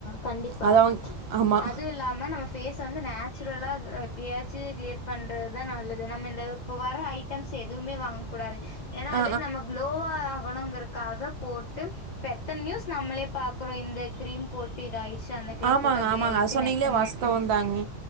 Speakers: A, on the left (about 50°); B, on the right (about 65°).
A: கண்டிப்பா
B: அது அவங்க ஆமா.
A: அது இல்லாம நம்ம பேஸ் வந்து நேச்சுரலா எப்டியாச்சும் கிளியர் பண்றதுதா நல்லது நம்ம இந்த இப்போ வர்ற ஐட்டம்ஸ் எதுவுமே வாங்க கூடாது ஏன்னா வந்துட்டு
B: ஆ
A: நம்ம குளோவா ஆகணுங்கிறதுக்காக போட்டு பெத்த நியூஸ் நம்மளே பாக்றோ இந்த கிரீம் போட்டு இதா ஆயிடுச்சு அந்த கிரீம்
B: ஆமாங்க
A: போட்டு அப்டி
B: ஆமாங்க
A: ஆயிடுச்சுன்னு
B: அது சொன்னீங்களே
A: எத்தன
B: வாஸ்தவம்
A: நியூஸ் கேளு
B: தாங்க